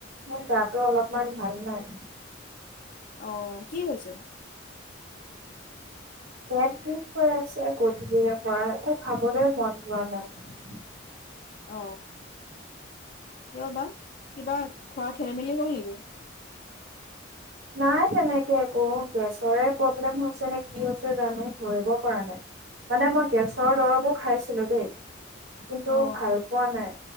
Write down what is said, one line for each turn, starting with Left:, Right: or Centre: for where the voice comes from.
Right: মোৰ গাটো অলপমান ভাল নাই
Left: আহ কি হৈছে
Right: পেট বিষহৈ আছে গধূলিৰে পৰা একো খাবলৈ মন যোৱা নাই
Left: অ কিয় বা কিবা খোৱা খেলি মেলি হ'ল নেকি
Right: নাই তেনেকে একো গেছৰে প্ৰব্লেম হৈছে নে কি হৈছে জানো ধৰিব পৰা নাই মানে মই গেছৰ দৰবো খাইছিলো দেই কিন্তু
Left: অ
Right: ভাল পোৱা নাই